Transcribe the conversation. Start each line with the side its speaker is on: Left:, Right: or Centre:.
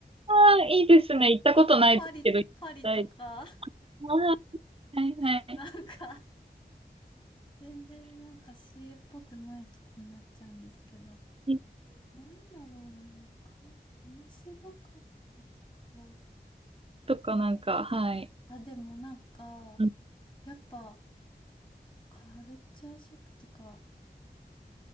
Right: ああ、いいですね。
Left: <laughs>
Right: 行ったことないですけど、
Left: パ、パリ、
Right: 行きたい。
Left: パリとか、
Right: はいはいは
Left: <laughs> なんか、全然なんか CA っぽくないとこになっちゃうんですけど、
Right: い。
Left: なんだろうな、か、面白かったところ。
Right: とかなんか、はい。
Left: あ、でもなんか、
Right: うん
Left: やっぱ、カルチャーショックっていうか、